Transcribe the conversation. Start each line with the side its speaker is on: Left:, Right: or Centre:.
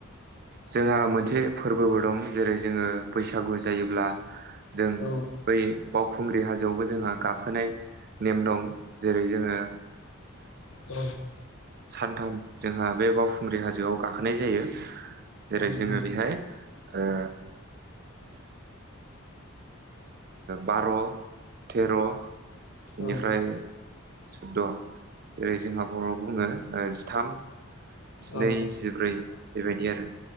Right: जोंहा मोनसे फोरबोबो दं जेरै जोङो बैसागु जायोब्ला जों
Left: औ
Right: बै बावखुंग्रि हाजोआवबो जोंहा गाखोनाय नेम दं जेरै जोङो
Left: औ
Right: सानथाम जोंहा बे बावखुंग्रि हाजोआव गाखोनाय जायो जेरै
Left: औ नोंथां
Right: जोङो बेहाय ओ बार' थेर' बेनिफ्राय
Left: औ
Right: सुद्द' ओरै जोंहा बर' बुङो जिथाम जिनै
Left: औ
Right: जिब्रै बेबायदि आरो